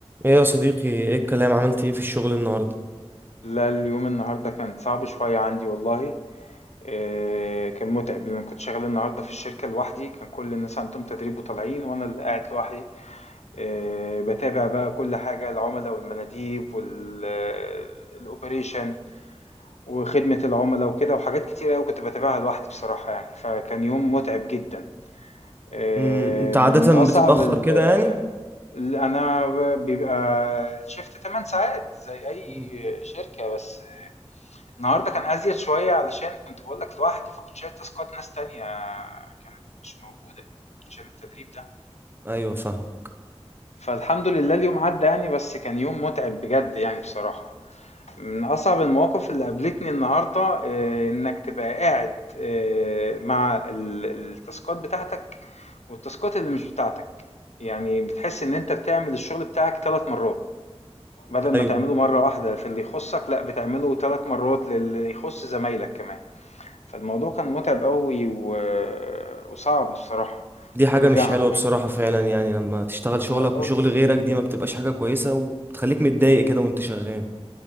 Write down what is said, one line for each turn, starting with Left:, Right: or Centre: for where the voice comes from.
Right: ايه يا صديقي ايه الكلام عملت ايه في الشغل النهارده
Left: لا اليوم النهاردة كان صعب شوية عندي والله آه، كان متعب لأن أنا كنت شغال النهاردة في الشركة لوحدي كان كل الناس عندهم تدريب وطالعين وأنا اللي قاعد لوحدي آه، بتابع بقى كل حاجة العملاء والمناديب والأوبريشن وخدمة العملاء وكده وحاجات كتير أوي كنت بتابعها لوحدي بصراحة يعني فكان يوم متعب جدا آه،
Right: امم انت
Left: من
Right: عادة
Left: أصعب
Right: بتتأخر
Left: ال
Right: كده يعني
Left: ال- أنا ب- بيبقى الشفت 8 ساعات زي أي
Right: مم.
Left: شركة بس النهارده كان أزيد شوية علشان كنت باقول لك لوحدي، فكنت شايل تاسكات ناس تانية كانت مش موجودة عشان التدريب ده.
Right: ايوه فاهمك
Left: فالحمد لله اليوم عدّى يعني بس كان يوم متعب بجد يعني بصراحة. من أصعب المواقف اللي قابلتني النهارده آآ إنك تبقى قاعد آآ مع ال التاسكات بتاعتك والتاسكات اللي مش بتاعتك. يعني بتحس إن أنت بتعمل الشغل بتاعك 3 مرّات، بدل ما
Right: ايوه
Left: تعمله مرّة واحدة في اللي يخُصّك لأ بتعمله 3 مرّات للي يخُص زمايلك كمان. فالموضوع كان متعب أوي و... وصعب الصراحة
Right: دي حاجة
Left: ترجع
Right: مش حلوة بصراحة فعلا يعني لما تشتغل
Left: لا
Right: شغلك
Left: خالص
Right: وشغل غيرك دي ما بتبقاش حاجة كويسة وبتخليك متضايق كده وانت شغال